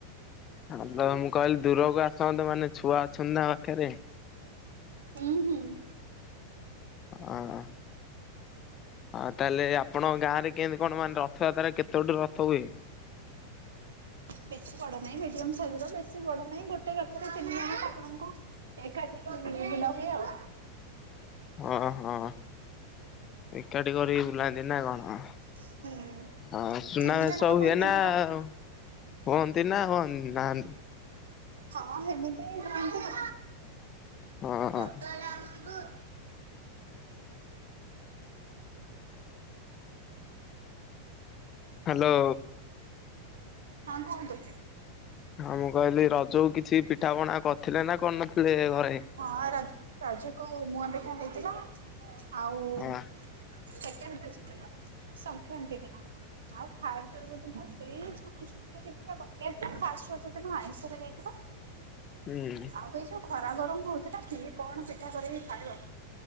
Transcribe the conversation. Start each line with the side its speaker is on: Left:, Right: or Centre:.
Left: ହଲ ମୁଁ କହିଲି ଦୂରକୁ ଆସନ୍ତୁ ମାନେ ଛୁଆ ଅଛନ୍ତି ନା ପାଖରେ।
Right: ହୁଁ ହୁଁ।
Left: ଅ ହଁ ଆ ତାହେଲେ ଆପଣଙ୍କ ଗାଁରେ କେମିତି କଣ ମାନେ ରଥଯାତ୍ରାାରେ କେତେ ଗୋଟେ ରଥ ହୁଏ?
Right: ବେଶୀ ବଡ ନାହିଁ ମିଡିୟମ ସାଇଜ ର ବେଶୀ ବଡ ନାହିଁ ଗୋଟେ ରଥରେ ତିନି ଜଣ ଠାକୁରଙ୍କୁ ଏକାଠି <unintelligible> ବୁଲା ହୁଏ ଆଉ।
Left: ଓ ହଁ ଏକାଠି କରି ବୁଲାନ୍ତି ନା କଣ?
Right: ହୁଁ
Left: ହଁ ସୁନା
Right: ତିନି
Left: ବେଶ
Right: ଜଣଙ୍କ
Left: ହୁଏ
Right: ପାଇଁ ତିନିଟା
Left: ନା ଆଉ। ହୁଅନ୍ତି ନା ହୁଅନ୍ତି ନାହାନ୍ତି?
Right: ହଁ ହେମିତି <inaudible>
Left: ହଁ
Right: <inaudible>
Left: ହଁ ହାଲୋ।
Right: ହଁ କୁହନ୍ତୁ?
Left: ହଁ ମୁଁ କହିଲି ରଜ କିଛି ପିଠା ପଣା କରିଥିଲେ ନା କରିନଥିଲେ ଘରେ?
Right: ହଁ ରଜୁକୁ ମୁଁଆପିଠା ହେଇଥିଲା ଆଉ।
Left: ହଁ
Right: ସେକେଣ୍ଡ ରଜ ଦିନ ସଂକ୍ରାନ୍ତି ଦିନ ଆଉ ଫାର୍ କରିବା ଦିନ ସେଇ ଛଅ ମାସ ଟିଭିଟା କଟି ଯାଇଥିଲା ମୁ ହାଶ୍ଚ୍ୟାଜ୍ୟ ଟାକୁ ଆଇଁଶରେ ଯାଇଥିଲା।
Left: ହୁଁ
Right: ଆଉ ଏଇ ସୁ ଖରା ଗରମ ହଉଛି ନା କି କଣ ପିଠା କରିକି ଖାଇବ।